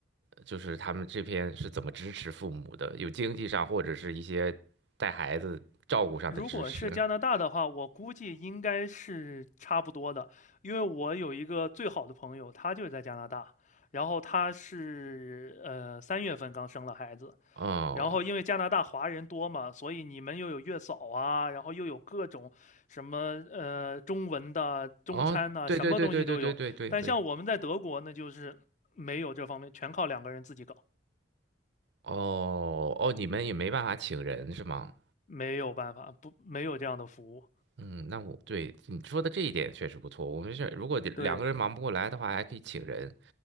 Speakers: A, on the right; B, on the left.
A: 就是他们这边是怎么支持父母的，有经济上或者是一些带孩子照顾上的支持。
B: 如果是加拿大的话，我估计应该是差不多的，因为我有一个最好的朋友，他就在加拿大，然后他是呃三月份刚生了孩子，
A: 哦
B: 然后因为加拿大华人多嘛，所以你们又有月嫂啊，然后又有各种什么呃中文的中餐呐、
A: 哦，对对对对对对对对对，
B: 什么东西都有。但像我们在德国，那就是没有这方面，全靠两个人自己搞，
A: 哦哦，你们也没办法请人是吗？
B: 没有办法，不，没有这样的服务。
A: 嗯，那我对你说的这一点确实不错。我们是如果得两个人忙不过来的话，
B: 对
A: 还可以请人。